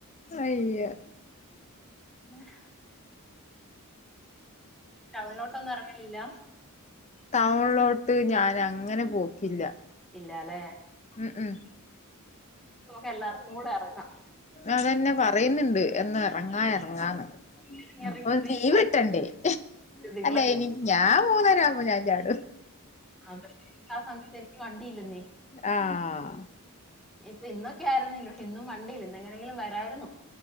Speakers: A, on the left; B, in the centre.
A: അയ്യ
B: <unintelligible> ടൗണിലോട്ടൊന്നും എറങ്ങലില്ല
A: ടൗൺലോട്ട് ഞാനങ്ങനെ പോക്കില്ല
B: ഇല്ലാല്ലേ
A: ഉം ഉം
B: നമുക്കെല്ലാർക്കും കൂടെറങ്ങാം
A: അതന്നെ പറയുന്നുണ്ട് എന്നു എറങ്ങാ എറങ്ങാന്ന്
B: ഇറങ്ങി
A: അപ്പൊ
B: ഇറങ്ങി ഇറങ്ങി
A: ലീവ്ട്ടണ്ടേ
B: ഇരുന്നാൽ നിങ്ങളെന്റെ
A: അല്ലേനി ഞാൻ മൂന്നരാവുമ്പോ ഞാൻ ചാടും
B: <unintelligible> ആ സമയത്ത് എനിക്ക് വണ്ടിയില്ലെന്നേ
A: ആഹ്
B: ഇപ്പൊ ഇന്നൊക്കെയാരുന്നെങ്കിലും ഇന്നും വണ്ടിയില്ല ഇന്നെങ്ങനെങ്കിലും വരായിരുന്നു